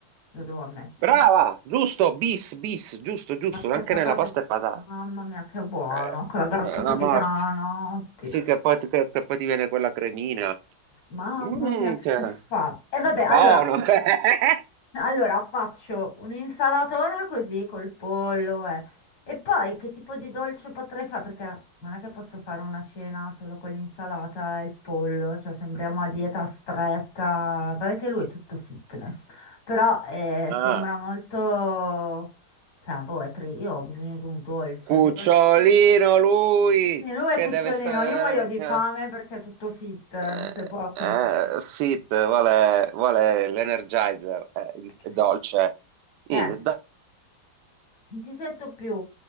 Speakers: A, on the left (about 80°); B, on the right (about 70°).
A: lo devo ammettere.
B: Brava, giusto, bis, bis, giusto, giusto,
A: Pasta
B: anche
A: e patate,
B: nella pasta e patate.
A: mamma mia, che buono,
B: Eh,
A: con la grattata
B: eh, la
A: di
B: morte.
A: grano, oddio.
B: Sì, che poi, ti che- che poi ti viene quella cremina.
A: Mamma
B: Mm,
A: mia, che
B: che...
A: fa. E vabbè, allora.
B: Buono. <laughs>
A: Allora faccio un'insalatona così col pollo eh. E poi che tipo di dolce potrei fare? Perché non è che posso fare una cena solo con l'insalata e il pollo, cioè sembriamo a dieta stretta. Vabbè che lui è tutto fitness, però eh,
B: Ah,
A: sembra molto... Cioè, boh, è tri- io ho bisogno di un dolce,
B: cucciolino
A: che dolce...
B: lui,
A: Sì, Lui è
B: che
A: cucciolino,
B: deve stare...
A: io muoio di
B: che-
A: fame perché è tutto fit,
B: Eh,
A: non si può... campa-
B: eh, fit, vuole, vuole l'Energizer, eh, il- è
A: Sì.
B: dolce. Niente,
A: Eh,
B: da-
A: non ci sento più.